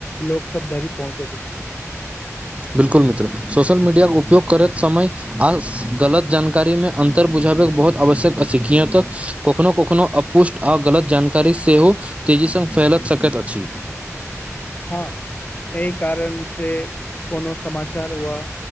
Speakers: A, on the left (about 30°); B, on the right (about 25°).
A: लोक सब धरी पहुँचेैत अछि
B: <inaudible> बिल्कुल मित्र सोशल मीडिया उपयोग करैत समय आ गलत जानकारी मे अंतर बुझा बहुत आवश्यक अछि किया तक कखनो कखनो अपुष्ट आ गलत जानकारी सेहो तेजी संग फैल सकैत अछि
A: हँ एहि कारण से कोनो समाचार वा